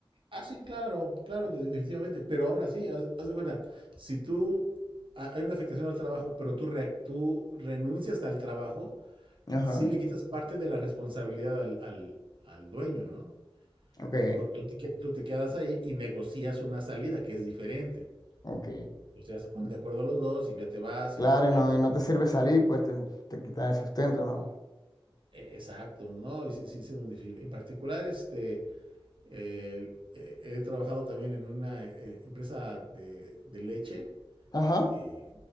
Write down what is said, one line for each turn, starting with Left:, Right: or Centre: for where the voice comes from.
Right: Ah, sí, claro, claro, de- definitivamente, pero aún así, haz, haz de cuenta, si tú, ha- hay una afectación al trabajo, pero tú, re- tú renuncias al trabajo,
Left: ajá,
Right: sí le quitas parte de la responsabilidad al, al- al dueño, ¿no?
Left: ok,
Right: Mejor tú te, que- tú te quedas ahí y negocias una salida que es diferente.
Left: ok.
Right: Entonces ya se ponen de acuerdo los dos y ya te vas
Left: Claro,
Right: y o
Left: y no,
Right: algo así.
Left: y no te sirve salir, pues te, te quitan el sustento, ¿no?
Right: E- Exacto, ¿no? Y sí, sí, sí es muy difícil. En particular, este... Eh, eh, he trabajado también en una eh, empresa de, de leche
Left: Ajá,
Right: y